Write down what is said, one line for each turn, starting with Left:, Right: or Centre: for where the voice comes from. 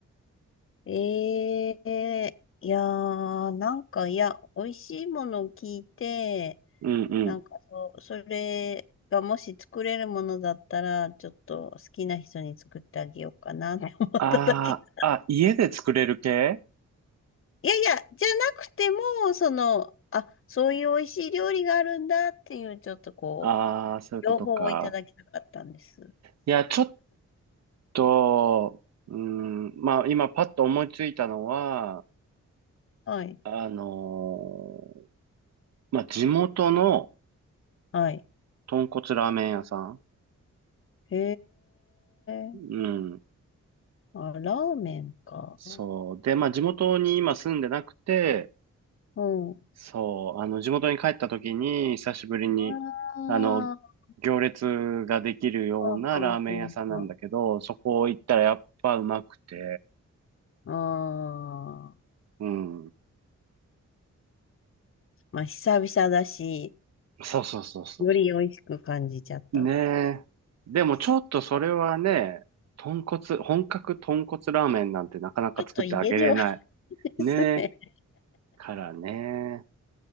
Left: ええいやー、なんか、いや、美味しいものを聞いて、
Right: うんうん。
Left: なんかそう、それがもし作れるものだったら、ちょっと好きな人に作ってあげようかなって思っただけなんで。
Right: ああ、あ、家で作れる系
Left: いやいや、じゃなくても、その、あ、そういう美味しい料理があるんだっていう、ちょっとこう、
Right: ああー、そういうことか。
Left: 両方をいただきたかったんです。
Right: いや、ちょっと、うーん、まあ今パッと思いついたのは、
Left: はい。
Right: あのーまあ地元の
Left: はい。
Right: 豚骨ラーメン屋さん。
Left: へえ。
Right: うん。
Left: あ、ラーメンか。
Right: そう。で、まあ地元に今住んでなくて、
Left: うん。
Right: そう、あの、地元に帰った時に、久しぶりに、
Left: あ
Right: あの、行列ができるようなラーメン屋さんなんだけど、
Left: あ、はんはんはんはん。
Right: そこ行ったらやっぱうまくて、
Left: ああ。
Right: うん。
Left: まあ、久々だし、
Right: そうそうそうそうそ
Left: より美味しく感じちゃったんで
Right: う。ねえ。でもちょっとそれはね、
Left: すか。
Right: 豚骨、本格豚骨ラーメンなんてなかなか作ってあげれない。
Left: ちょっと家では <laughs> ですね。
Right: ねえ。からね。